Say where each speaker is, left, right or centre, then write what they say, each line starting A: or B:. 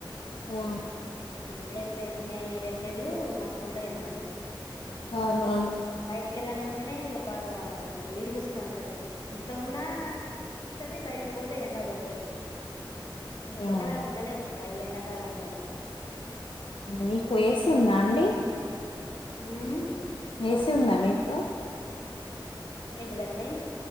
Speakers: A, on the left; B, on the left.
A: వ
B: ఉ ఏప్రిల్ మే రెండు నెలలు మస్తు ఉంటది ఎండ.
A: అవునవును.
B: తీసుకెళ్ళాలంటేనే ఇక బాగా ఇట్లా వేడిగా వస్తాంటది. ఇంట్లో ఉన్నా దగడ్ వస్తది, బయటికి పోతే ఎండ కొడుతది. అహ
A: అవును
B: ఎక్కడ ఉండలేం ఇగా ఈ ఎండ సల్లగున్నది.
A: మీకు ఏసి ఉందా అండి.
B: హ్
A: ఏ సి ఉందా మీకు.
B: ఏంటిదండి.